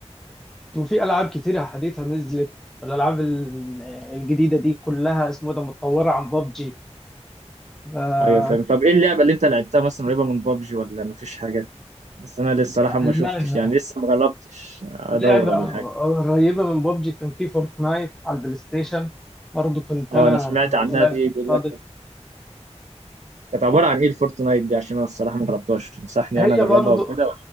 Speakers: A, in the centre; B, on the right.
A: وفي العاب كتيره حديثه نزلت والالعاب ال- الجديده دي كلها اسمه ده متطوره عن ببجي آه
B: ايوه فاهم طب ايه اللعبه اللي انت لعبتها مثلا قريبه من بابجي ولا مفيش حاجه بس انا لسه الصراحه ما
A: اللعبه
B: شفتش يعني لسه ما جربتش ادور
A: لعبه
B: ولا حاجه
A: قريبه من ببجي كان في فورتنايت على البلاي ستيشن برضه كنت
B: اه
A: انا
B: انا سمعت
A: لما
B: عنها
A: بلاقي
B: دي بيقول
A: فاضي
B: لك كانت عباره عن ايه الفورتنايت دي عشان انا الصراحه ما جربتهاش تنصحني
A: هي
B: انا اجربها
A: برضه
B: وكده